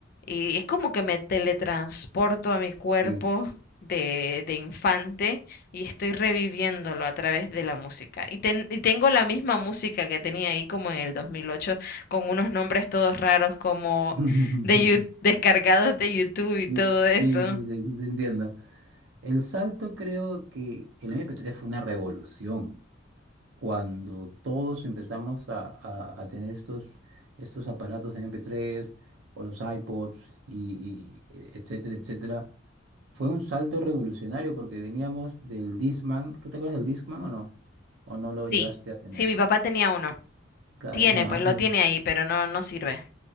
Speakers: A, on the left (about 50°); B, on the right (about 80°).
A: y es como que me teletransporto a mi cuerpo
B: sí.
A: de, de infante y estoy reviviéndolo a través de la música. Y, ten- y tengo la misma música que tenía ahí como en el 2008 con unos nombres todos raros como
B: <laughs>
A: de, Yu- descargados de YouTube y
B: Sí,
A: todo eso.
B: sí, sí, sí, sí, te entiendo. El salto creo que el MP3 fue una revolución. Cuando todos empezamos a, a- a tener estos, estos aparatos de MP3 o los iPods, y, y- etcétera, etcétera, Fue un salto revolucionario porque veníamos del Discman. ¿Tú te acuerdas del Discman o no? ¿O no lo
A: Sí,
B: llegaste a tener?
A: sí, mi papá tenía uno.
B: Claro,
A: Tiene,
B: bueno,
A: pues
B: antes,
A: lo tiene ahí, pero no, no sirve.